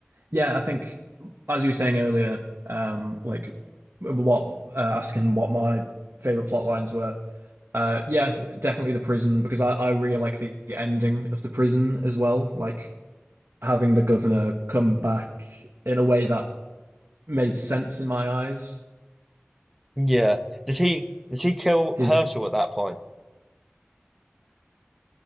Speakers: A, on the right (about 75°); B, in the centre.
A: yeah, I think as you were saying earlier, um, like what uh, asking what my favorite plot lines were. Uh, yeah, definitely the prison because I, I really like the ending of the prison as well. Like having the governor come back in a way that made sense in my eyes.
B: yeah does he does he kill
A: His
B: Herschel at that point